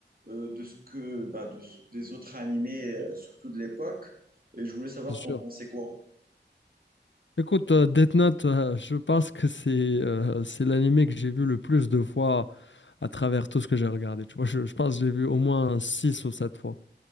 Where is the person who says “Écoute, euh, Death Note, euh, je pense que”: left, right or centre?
Left